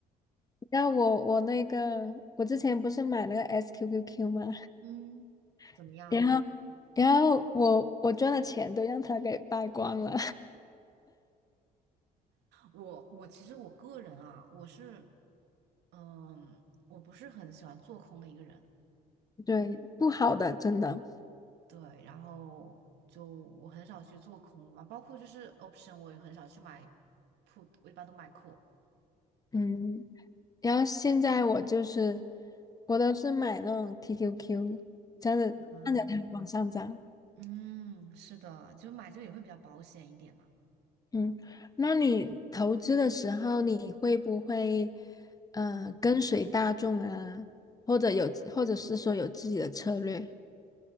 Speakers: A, on the left (about 20°); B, on the right (about 85°).
A: 你知道我我那个我之前不是买那个 SQQQ 吗？
B: 嗯，怎么样？
A: <laughs> 然后然后我我赚的钱都让他给败光了，
B: 我我其实我个人啊，我是，嗯，我不是很喜欢做空的一个人，
A: <laughs> 对，不好的真的，
B: 对，然后就我很少去做空嘛，包括就是 option 我也很少去买 put，我一般都买 call。
A: 嗯。然后现在我就是我都是买那种 TQQ，这样子按着它往上涨。
B: 嗯嗯，是的，就买这个也会比较保险一点嘛。
A: 嗯，那你投资的时候，你会不会呃跟随大众啊，或者有，或者是说有自己的策略？